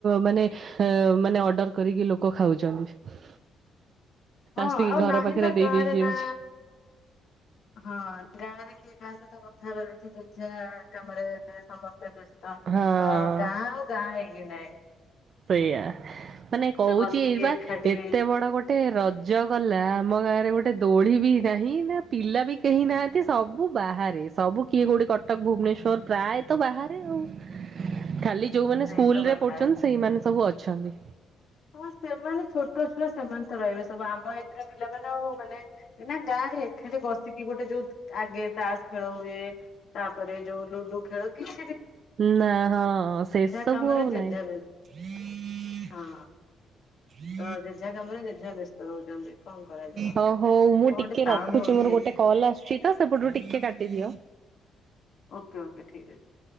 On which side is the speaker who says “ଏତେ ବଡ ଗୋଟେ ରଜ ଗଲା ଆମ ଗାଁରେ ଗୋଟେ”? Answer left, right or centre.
Right